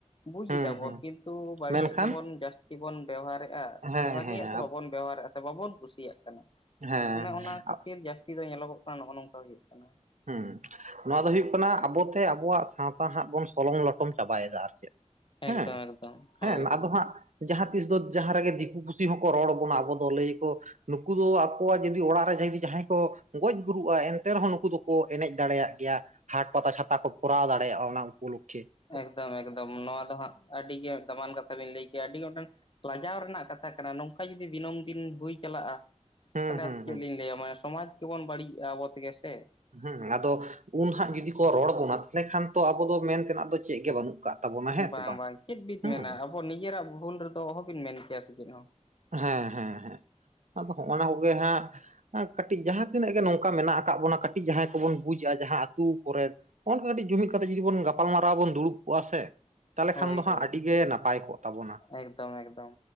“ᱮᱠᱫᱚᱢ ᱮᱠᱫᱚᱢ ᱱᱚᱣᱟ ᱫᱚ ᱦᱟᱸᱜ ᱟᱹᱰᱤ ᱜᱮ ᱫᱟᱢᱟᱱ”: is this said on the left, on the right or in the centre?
Left